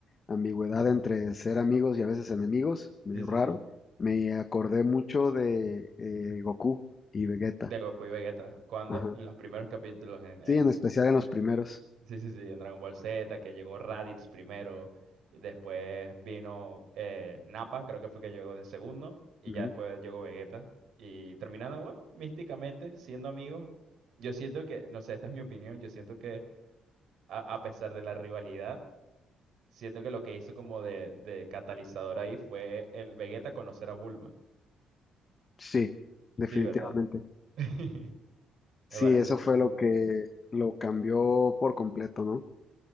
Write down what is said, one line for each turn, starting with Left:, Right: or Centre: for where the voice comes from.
Left: ambigüedad entre ser amigos y a veces enemigos, medio
Right: Sí, sí,
Left: raro.
Right: sí.
Left: Me acordé mucho de eh, Goku y Vegeta.
Right: De Goku y Vegeta. Cuando
Left: Ajá.
Right: en los primeros capítulos en, en
Left: Sí, en especial en los primeros.
Right: Sí, sí, sí, en Dragon Ball Z, que llegó Raditz primero, y después vino eh, Nappa, creo que fue que llegó de segundo, y
Left: Ujú.
Right: ya después llegó Vegeta. Y terminaron, bueno, místicamente, siendo amigos. Yo siento que, no sé, esta es mi opinión, yo siento que a, a pesar de la rivalidad, siento que lo que hizo como de, de catalizador ahí fue el Vegeta conocer a Bulma.
Left: Sí, definitivamente.
Right: Sí, ¿verdad? <laughs> Me
Left: Sí,
Right: parece
Left: eso
Right: muy,
Left: fue
Right: muy
Left: lo
Right: cool.
Left: que lo cambió por completo, ¿no?